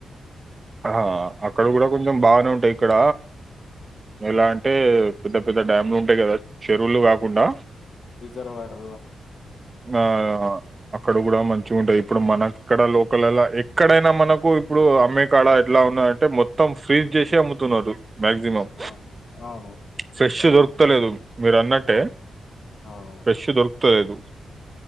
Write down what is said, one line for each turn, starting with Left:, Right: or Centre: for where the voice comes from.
Right: ఆహ అక్కడ కూడా కొంచెం బాగానే ఉంటాయి ఇక్కడ ఎలా అంటే పెద్ద పెద్ద డ్యామ్లు ఉంటాయి కదా చెరువులు కాకుండా
Left: రిజర్వాయర్
Right: ఆ అక్కడ కూడా మంచి ఉంటాయి ఇప్పుడు మనకుక్కడ లోకల్లా ఎక్కడైనా మనకు ఇప్పుడు అమ్మె క్కడ ఎట్లా ఉన్నా అంటే మొత్తం ఫ్రీజ్ చేసి అమ్ముతున్నాడు మ్యాక్సిమమ్
Left: అవును అవును
Right: ఫ్రెష్ ద పత్తలేదు మీరు అన్నట్టే
Left: అవును అవును
Right: ఫ్రెష్ దొరుకు తలేేదు